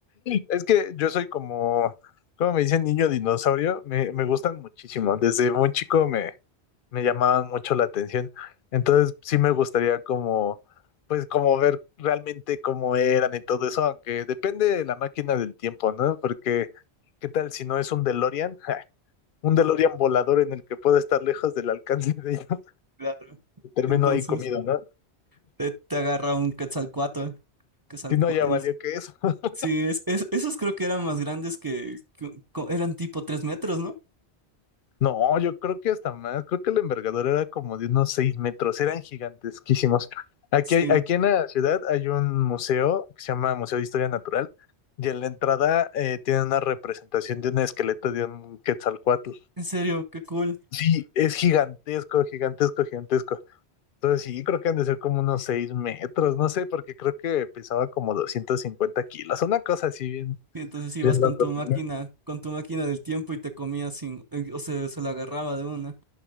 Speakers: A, on the left; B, on the right.
A: Es que yo soy como, como me dicen, niño dinosaurio, me, me gustan muchísimo. Desde muy chico me, me llamaban mucho la atención. Entonces sí me gustaría como, pues como ver realmente cómo eran y todo eso, aunque depende de la máquina del tiempo, ¿no? Porque, ¿qué tal si no es un DeLorean? <laughs> Un DeLorean volador en el que puedo estar lejos del alcance de ellos.
B: Claro.
A: terminó
B: Entonces...
A: ahí comido, ¿no?
B: Te, te agarra un quetzalcoatl. ¿eh? Quetzalcoatl.
A: Si no, ya valió que eso. <laughs>
B: Sí, es, es- esos creo que eran más grandes que, que- co- eran tipo tres metros, ¿no?
A: No, yo creo que hasta más, creo que la envergadura era como de unos seis metros, eran gigantesquísimos. Aquí,
B: Sí,
A: hay- aquí en la ciudad hay un museo que se llama Museo de Historia Natural y en la entrada eh, tiene una representación de un esqueleto de un Quetzalcóatl.
B: en serio, qué cool.
A: Sí, es gigantesco, gigantesco, gigantesco. Entonces sí, creo que han de ser como unos seis metros, no sé, porque creo que pesaba como 250 kilos, una cosa así bien,
B: Y entonces ibas
A: bien
B: con
A: loco.
B: tu máquina,
A: ¿no?
B: con tu máquina del tiempo y te comías sin, eh, o sea, se la agarraba de una.